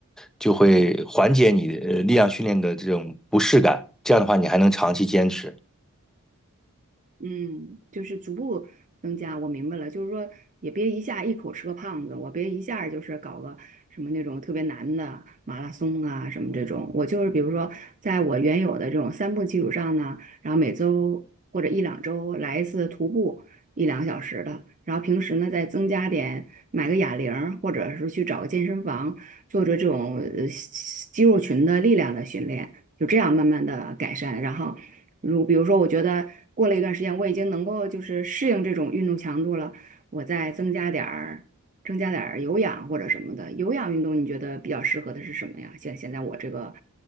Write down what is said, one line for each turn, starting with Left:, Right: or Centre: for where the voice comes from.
Centre: 就会缓解你呃力量训练的这种不适感。这样的话，你还能长期坚持。
Right: 嗯，就是逐步增加，我明白了，就是说也别一下一口吃个胖子，我别一下儿就是搞个什么那种特别难的马拉松啊什么这种，我就是比如说在我原有的这种散步基础上呢，然后每周或者一两周来一次徒步一两个小时的，然后平时呢再增加点买个哑铃儿或者是去找个健身房做做这种呃肌肉群的力量的训练，就这样慢慢的改善，然后。如比如说，我觉得过了一段时间，我已经能够就是适应这种运动强度了，我再增加点儿，增加点儿有氧或者什么的。有氧运动你觉得比较适合的是什么呀？现现在我这个，